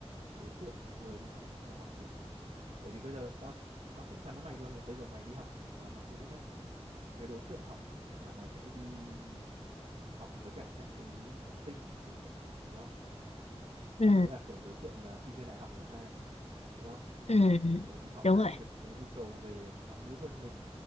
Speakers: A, on the right; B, on the left.
A: đối tượng người đi học cao học được bởi vì bây giờ tao tao chắc chắn với mày luôn là bây giờ mày đi học mà ngoại ngữ nhá cái đối tượng học là mày sẽ đi học với cả các cái học sinh này là một đúng không học
B: Ừ,
A: với cả kiểu đối tượng là sinh viên đại học là hai đúng không
B: ừ,
A: bởi vì họ
B: đúng
A: đang
B: rồi.
A: có kiểu cái nhu cầu về ngoại ngữ hơn mình